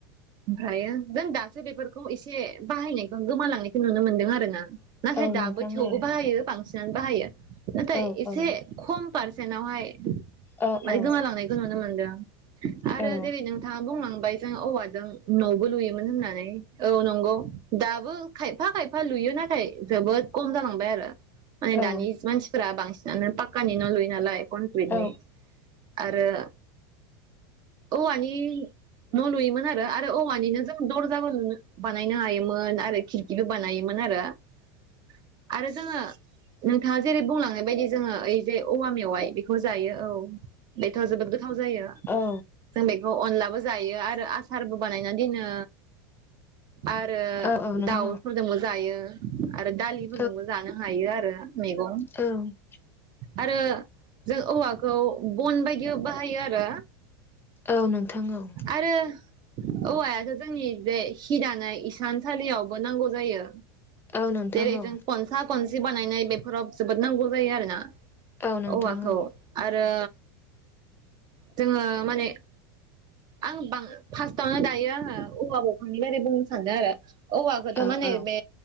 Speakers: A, on the right; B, on the left.
A: ओमफ्रायो जों दासो बेफोरखौ इसे बाहायनायखौ गोमालांनायखौ नुनो मोनदों आरो ना । नाथाय
B: औ
A: दाबो
B: नोंथां
A: थेवबो
B: औ
A: बाहायो बांसिनानो बाहायो नाथाय
B: औ
A: एसे
B: औ
A: खम पारसेनावहाय
B: औ
A: माने
B: औ
A: गोमालांनायखौ नुनो मोनदों आरो
B: औ
A: जेरै नोंथाङा बुंलांबाय जों औवा जों न'बो लुयोमोन होननानै औ नंगौ दाबो खाय फा खायफा लुयो नाथाय जोबोद कम जालांबाय आरो माने
B: औ
A: दानि मानसिफोरा बांसिन पाक्कानि न' लुय नालाय कनक्रिटनि
B: औ
A: आरो औवानि न' लुयोमोन आरो आरो औवानिनो जों दर जाबो नुनो बानायनो हायोमोन आरो खिरखिबो बानायोमोन आरो । आरो जोङो नोंथाङा जेरै बुंलांनाय बायदि जोङो ओइ जे औवा मेवाइ बेखौ जायो औ बेथ' जोबोद गो थाव जायो
B: औ
A: जों बेखौ अनलाबो जायो आरो आस बो बानायना दोनो आरो
B: औ औ नोंथां
A: दाउफोरजोंबो जायो आरो दालिफोरजोंबो
B: औ
A: जानो हायो आरो मैगं
B: औ
A: आरो जों औवाखौ बन बायदि बाहायो आरो
B: औ नोंथां औ
A: आरो औवायाथ' जोंनि बे हिदानाय इसानसालियावबो नांगौ जायो
B: औ नोंथां
A: जेरै
B: औ
A: जों खनसा कनसि बानायनाय बेफोराव जोबोद नांगौ जायो आरोना
B: औ नोंथां
A: औवाखौ
B: औ
A: आरो जोङो माने आं बां फास्टआवनो दायो आङो औवा बंफांनि बारै बुंनो सानदों आरो औवाखौथ'
B: औ
A: माने
B: औ
A: बे